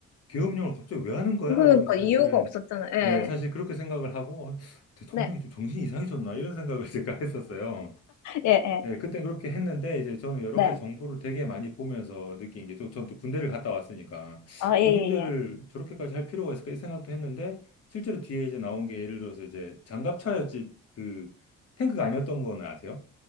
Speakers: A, on the left; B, on the left.
A: 계엄령을 갑자기 왜 하는 거야?
B: 그러니까
A: 이러면서 사실은,
B: 이유가 없었잖아요. 예,
A: 네,
B: 예.
A: 사실 그렇게 생각을 하고, 어, 대통령이
B: 네,
A: 좀 정신이 이상해졌나? 이런 생각을 <laughs> 제가 했었어요.
B: 예, 예.
A: 예, 그때 그렇게 했는데 이제 저는 여러
B: 네.
A: 가지 정보를 되게 많이 보면서 느낀 게 또 저는 또 군대를 갔다 왔으니까
B: 아,
A: 군인들을
B: 예, 예, 예.
A: 저렇게까지 할 필요가 있을까 이 생각도 했는데 실제로 뒤에 이제 나온 게 예를 들어서 이제 장갑차였지 그 탱크가 아니었던 거는 아세요?